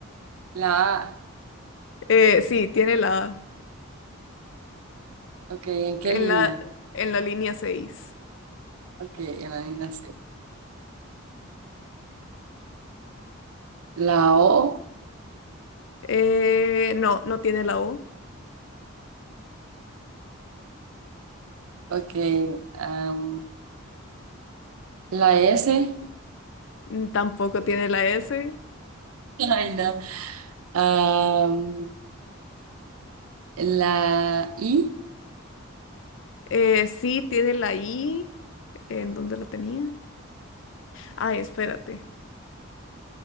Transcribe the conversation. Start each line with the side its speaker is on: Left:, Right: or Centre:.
Right: La A,
Left: Eh, sí, tiene la A
Right: ok, ¿en qué
Left: en
Right: línea?
Left: la, en la línea seis
Right: Ok, en la línea C. La O,
Left: Eh, no, no tiene la O,
Right: ok, am, la S, <laughs>
Left: mm, tampoco tiene la S.
Right: ay no, am, la I,
Left: Eh, sí tiene la I. ¿En dónde la tenía? Ay, espérate.